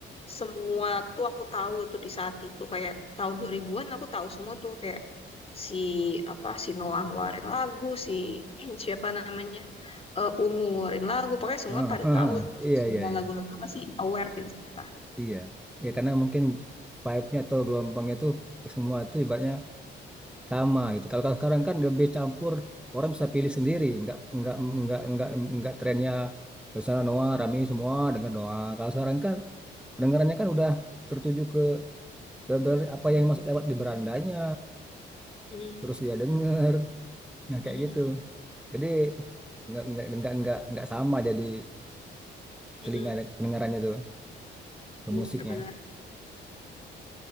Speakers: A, on the left; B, in the centre.
A: semua tuh aku tahu gitu di saat itu. Kayak tahun 2000-an aku tahu semua tuh kayak si apa si Noah ngeluarin lagu, si <clears throat> siapa namanya eh Ungu ngeluarin lagu, pokoknya semua
B: heeh,
A: pada
B: heeh,
A: tahu lah. gitu.
B: iya
A: Semua
B: iya iya
A: lagu-lagu pasti aware gitu. kan.
B: iya. Ya karena mungkin vibe-nya atau gelombangnya tuh semua tuh ibaratnya sama gitu. Kalau kalau sekarang kan lebih campur, orang bisa pilih sendiri, nggak nggak nggak nggak nggak trennya ke sana Noah rame semua dengar Noah. Kalau sekarang kan pendengarannya kan udah tertuju ke, ke ber- apa yang masuk lewat di berandanya,
A: Hmm,
B: terus dia denger, nah kayak
A: mhm,
B: gitu. Jadi nggak nggak nggak nggak nggak sama jadi
A: mhm,
B: telinga dan pendengarannya tuh ke
A: mhm,
B: musiknya.
A: benar-benar.